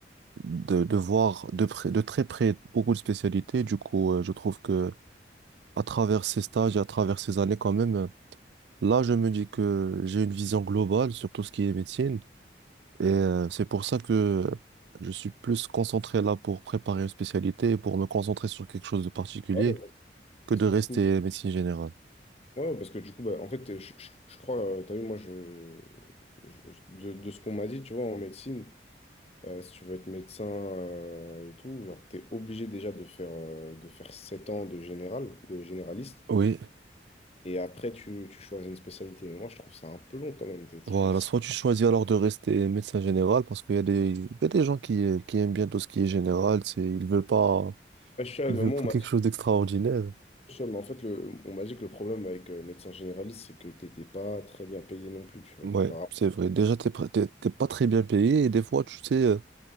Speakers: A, on the right; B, on the left.
A: de, de voir de près- de très près beaucoup de spécialités. Du coup, euh, je trouve que à travers ces stages et à travers ces années, quand même, Là, je me dis que j'ai une vision globale sur tout ce qui est médecine et euh, c'est pour ça que je suis plus concentré là pour préparer une spécialité et pour me concentrer sur quelque chose de particulier
B: Ah ouais,
A: que
B: parce
A: de
B: que
A: rester
B: du coup,
A: médecine générale.
B: Ouais, ouais, parce que du coup, bah, en fait, je, je- je crois, tu as vu, moi, je, je- je- de, de ce qu'on m'a dit, tu vois, en médecine, euh, si tu veux être médecin euh, et tout, genre, t'es obligé déjà de faire, euh, de faire 7 ans de général, de généraliste,
A: Oui,
B: et après, tu, tu choisis une spécialité. Mais moi, je trouve ça un peu long quand même. t'es- Tu
A: voilà.
B: fais... ça.
A: Soit tu choisis alors de rester médecin général parce qu'il y a des, il y a des gens qui, euh, qui aiment bien tout ce qui est général, c'est, ils veulent pas,
B: Ouais, je sais,
A: ils
B: mais
A: veulent
B: moi,
A: pas
B: on m'a
A: quelque chose d'extraordinaire.
B: je sais, mais en fait, le, on m'a dit que le problème avec euh, médecin généraliste, c'est que t'étais pas très bien payé non plus, tu vois.
A: Ouais,
B: Par...
A: c'est vrai. Déjà, t'es, pr- t'es t'es pas très bien payé et des fois, tu sais. euh,